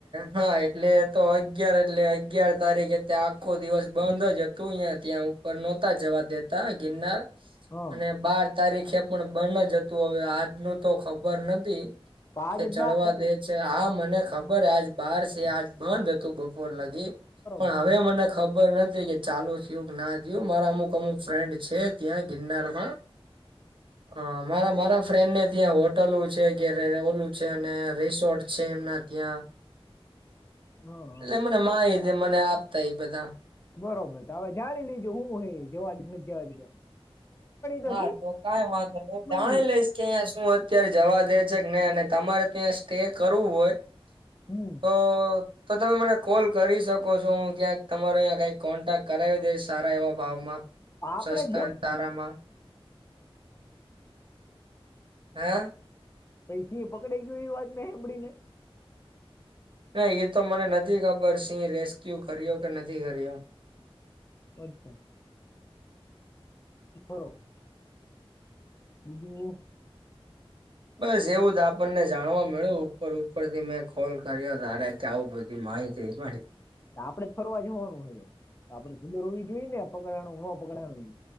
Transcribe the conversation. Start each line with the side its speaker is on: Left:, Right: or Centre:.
Right: હા એટલે તો અગિયાર એટલે અગિયાર તારીખે ત્યાં આખો દિવસ બંધ જ હતું અઈયા ત્યાં ઉ પર નોતા જવા દેતા ગિરનાર
Left: હં
Right: અને બાર તારીખે પણ બંન જ હતું હવે આજનું તો ખબર નથી.
Left: પાંચ
Right: કે
Left: જ
Right: ચડવા
Left: બાર તારીખ
Right: દે છે હા મને ખબર આજ બાર સે આજ બંધ હતું બપોર લગી
Left: બરોબર
Right: પણ હવે મને ખ ખબર નથી કે ચાલુ થયું કે ના થયું મારા અમુક અમુક ફ્રેન્ડ છે ત્યાં ગિરનારમાં હં મારા મારા ફ્રેન્ડને ત્યાં હોટલું છે કે <unintelligible> <unintelligible> રિસોર્ટ છે એમના ત્યાં
Left: હં હં
Right: એટલે મને માહિતી મને આપતા એ બધા
Left: બરોબર તો હવે જાણી લેજો હું હે જવા દે કે નથ જવા દે તા
Right: હા તો કઈ વાંધો નહી હું જાણી
Left: <unintelligible> <unintelligible>
Right: લઈશ કે અંઈયા શું અત્યારે જવા દે છે કે નઈ અને તમારે ત્યાં સ્ટે કરવું હોય.
Left: હમ્મ
Right: તો તો તમે મને કોલ કરી શકો છો હું ક્યાંક તમારો અઈયા કંઈક કોન્ટેક્ટ કરાવી દઈશ સારા એવા ભાવમાં
Left: આપણે
Right: સસ્તા
Left: જ
Right: ન
Left: જવું
Right: સારામાં હા
Left: સીહ પકડીયુ ગયું એવી વાત મેં સાંભળી નઈ
Right: ના એ તો મને નથી ખબર સિહ રેસ્ક્યુ કર્યો કે નથી કર્યો
Left: અચ્છા. બરોબર. <unintelligible>
Right: બસ એવું આપણને જાણવા મળ્યું ઉપર ઉપર થી મેં કોલ કર્યો તારે કે આવું બધું માહિતી મળી
Left: આપડે જ ફરવા જવાનું હોય છે તો આપડે ખબર હોવી જોઈએ ને પકડાણો કે નો પકડાનોએ